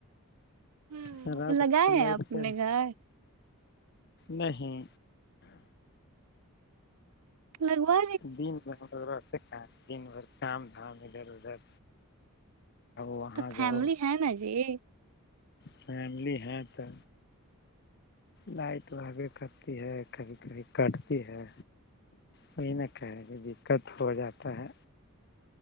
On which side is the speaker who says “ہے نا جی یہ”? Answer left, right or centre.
Right